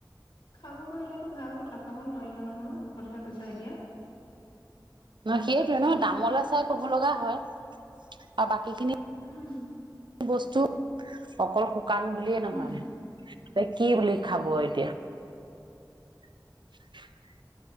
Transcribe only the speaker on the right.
নহ সেইটোয়ে নহয় দামলে চাই ক'ব লগা হয় আৰু বাকী খিনি
বস্তু অকল কান বুলিয়ে নহয়
ত কি বুলি খাব এতিয়া। <inaudible>